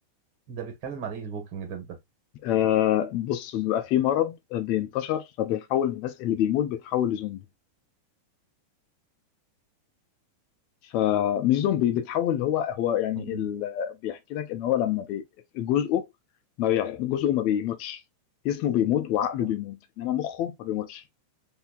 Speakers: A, on the right; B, on the left.
A: ده بيتكلم عن ايه ذا ووكينج ديد ده
B: آه بص بيبقى في مرض بينتشر فبيحول الناس اللي بيموت بتحول لزومبي فمش زومبي بتحول اللي هو هو يعني
A: مم.
B: ال... بيحكي لك ان هو لما بي... جزءه ما بي... جزءه ما بيموتش جسمه بيموت وعقله
A: اه
B: بيموت انما مخه ما بيموتش